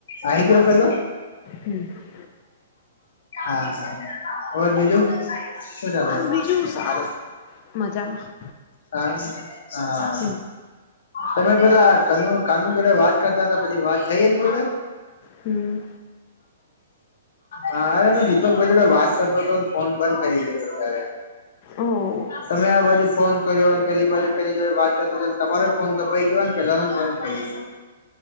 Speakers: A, on the left; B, on the left.
A: આઈ ગયો પેલો
B: હમ
A: હા હા ઓવે બીજું શજાલ છે.
B: બીજું સારું મજામાં
A: હા હા.
B: હમ
A: તમે પેલા ક કાનૂન જોડે વાત કરતા હતા પછી વાત થઈ એ ને જોડે
B: હમ.
A: હા અરે મે દીપક ભાઈ જોડે વાત કરતો હતો ફોન બંધ થઇ ગયો હતો. <inaudible>
B: હ.
A: તમે આ બાજુ ફોન કર્યો અને પેલી બાજુ પે જો વાત કરતો હતો તમારો ફોન કપાઈ ગયો અનેને પેલા ન બંધ થઈ